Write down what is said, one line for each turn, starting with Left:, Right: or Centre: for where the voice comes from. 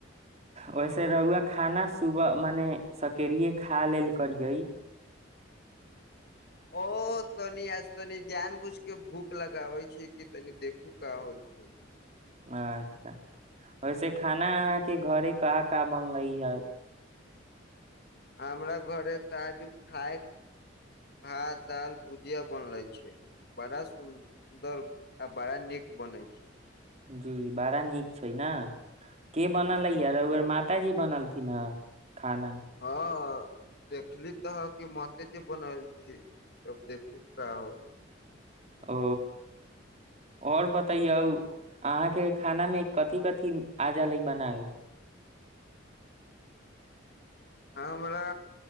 Right: वैसे रहुआ खाना सुबह मने सकेड़े खा लेल करियै
Left: ओ तनि आज तनि जान बुझ के भूख लगाबै छैिय कि तनि देखू क होइ छै
Right: अच्छा ओैसे खाना अहाँके घरे कहाँ क बनलै हे
Left: हमरा घरे ताजू खााय भात दाल भुजिया बनले छै बड़ा सुन्दर आ बड़ा नीक बनै छै
Right: जी बड़ा नीक छै ने के बनल अै
Left: ह
Right: यर
Left: नीक
Right: उर माताजी बनल पना खाना
Left: हँ देखली तहाँके माते जे बनल छै त देखू क होल छै
Right: ओ आओर बतैयऔ अहाँके खाना मे कथिी कथिी आज ली बना हे
Left: हमरा